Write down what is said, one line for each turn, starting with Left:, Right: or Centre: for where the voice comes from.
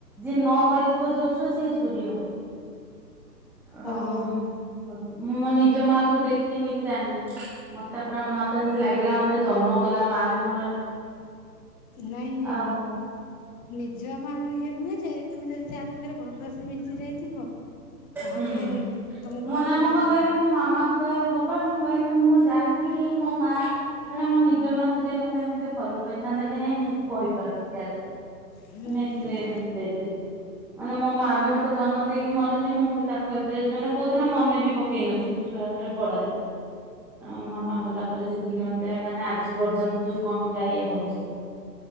Centre: ଯିଏ ନ ପାଇଥିବ ଯୋଉ ଯୋଉ ଛୁଆ ସେ ଝୁୁରି ହବ। ଆଉ
Left: ହଁ।
Centre: ହଁ ମୁଁ ମୋ ନିଜ ମା କୁ ଦେ ଖୀନି କି ଜାଣିନି ମୋତେ ପୁରା ମୋତେ ଏମିତି ଲାଗିଲା ମୋତେ ଜନ୍ମ କଲା ମା ବି ମ
Left: ନାହିଁ
Centre: ଆଉ
Left: ନିଜ ମା ହେନେ ଯେ ତୋମେ ଯଦି ଯାହା ସାଙ୍ଗରେ ଭଲସେ ମିଶି ଯାଇଥିବ ତାହେଲେ
Centre: ହୁଁ,
Left: ତମକୁ
Centre: ମୁଁ
Left: ଭାରି
Centre: ନା ମୁଁ
Left: ଲାଗିବ।
Centre: ପା କହିଲି ମୋ ମାମାଙ୍କୁ କହିବେ ହବା ମୁଁ କହିବି ମୁଁ ଜାଣିନି ମୋ ମା ମାନେ ମୋ ନିଜ ମା ଥିଲେ ମୋତେ ଏମିତି ଭଲ ପାଇ ଥାନ୍ତା କି ନାଇଁ ମୁଁ ବି କହିପାରୁନି ଗ୍ୟାରେଣ୍ଟି
Left: ହୁଁ
Centre: ମାନେ ଏତେ ପାଇଥିଲି ମାନେ ମୋ ମା ବି ମୋତେ ଜନ୍ମ ଦେଇକି ମରି ମୁଁ ବି ତାକୁ ଏତେ ମାନେ କୋଉ ଦିନ ମନେ ବି ପକେଇ ନଥିବି। ଛୁଆବେଳେ ବଡ ଯା ଆଉ ମାମା ଗଲା ପରେ ଯେତିକି ମୋତ ତେ ମାନେ ଆଜି ପର୍ଯ୍ୟନ୍ତ ଯୋଉ କମିଟା ଇଏ ହଉଛି।